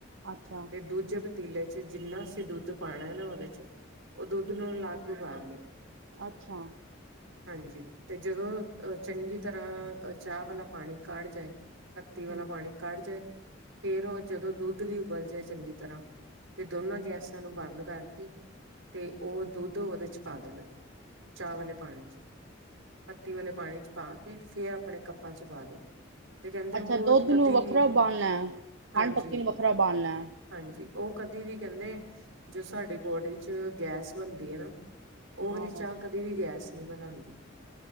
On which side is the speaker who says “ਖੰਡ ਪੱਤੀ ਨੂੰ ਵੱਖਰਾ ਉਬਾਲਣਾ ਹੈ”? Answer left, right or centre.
Right